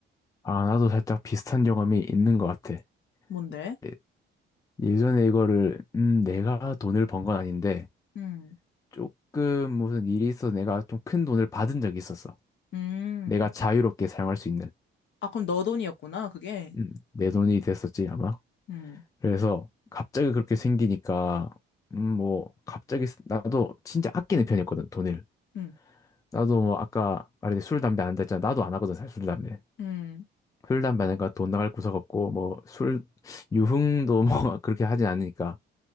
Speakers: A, on the left (about 15°); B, on the left (about 65°).
A: 아, 나도 살짝 비슷한 경험이 있는 것 같아.
B: 뭔데?
A: 예- 예전에 이거를, 음, 내가 돈을 번 건 아닌데,
B: 음,
A: 조금 무슨 일이 있어서 내가 좀 큰 돈을 받은 적이 있었어.
B: 음.
A: 내가 자유롭게 사용할 수 있는.
B: 아, 그럼 너 돈이었구나, 그게.
A: 음, 내 돈이 됐었지, 아마.
B: 음,
A: 그래서 갑자기 그렇게 생기니까, 음, 뭐, 갑자기, 쓰- 나도 진짜 아끼는 편이었거든, 돈을.
B: 음,
A: 나도 뭐 아까 말했듯이 술, 담배 안 한다 했잖아. 나도 안 하거든, 사실 술, 담배.
B: 음,
A: 술, 담배 하니까 돈 나갈 구석 없고, 뭐 술, 유흥도 뭐 <laughs> 그렇게 하진 않으니까.